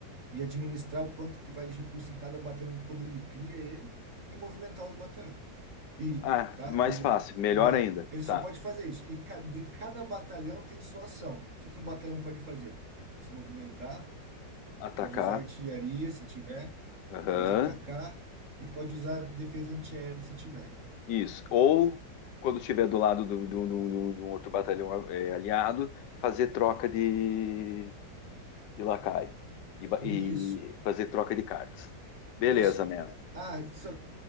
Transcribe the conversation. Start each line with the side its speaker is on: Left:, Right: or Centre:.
Right: e administrar o quanto que vai de recurso em cada batalhão quando ele cria ele e movimentar os batalhões. E,
Left: Ah,
Right: tá?
Left: mais
Right: E, na-
Left: fácil, melhor
Right: e da,
Left: ainda.
Right: ele só
Left: Tá.
Right: pode fazer isso. E ca- de cada batalhão tem sua ação. O que que um batalhão pode fazer? Se movimentar,
Left: Atacar.
Right: pode usar artilharia se tiver,
Left: Aham.
Right: pode atacar e pode usar defesa antiaérea se tiver.
Left: Isso. Ou, quando estiver do lado do- do- do- do- de um outro batalhão é, aliado, fazer troca de, de lacaio. E, ba-
Right: Isso,
Left: e fazer troca de cartas. Beleza,
Right: isso.
Left: man.
Right: Ah, só,